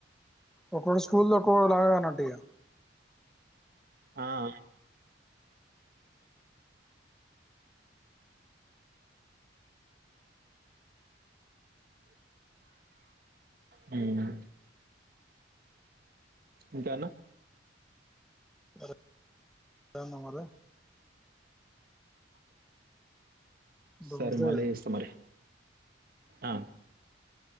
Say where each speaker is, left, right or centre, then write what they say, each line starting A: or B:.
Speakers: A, in the centre; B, on the right (about 50°).
A: ఒకో స్కూల్ ఒకోలాగానటియా
B: ఆ <unintelligible> హ్మ్ ఇంకానా
A: ఇంకేంటి మరి ఇంత
B: సరే
A: మంచిదే
B: మళ్ళీ
A: కదా
B: చేస్తా మరి ఆ